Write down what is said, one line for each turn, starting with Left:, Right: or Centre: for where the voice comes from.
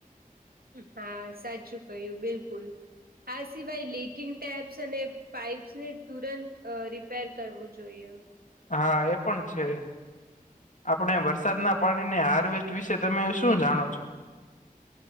Right: હા સાચું કહ્યું બિલકુલ. આ સિવાય લીકિંગ ટેબ્સ અને પાઈપ્સને તુરંત અ રિપેર કરવું જોઈએ.
Left: હા એ પણ છે. આપણે વરસાદના પાણીને હાર્વેસ્ટ વિશે તમે શું જાણો છો?